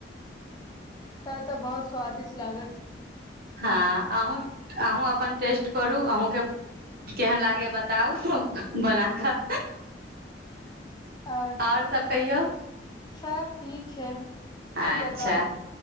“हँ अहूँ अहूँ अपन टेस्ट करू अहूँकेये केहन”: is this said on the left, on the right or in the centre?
Right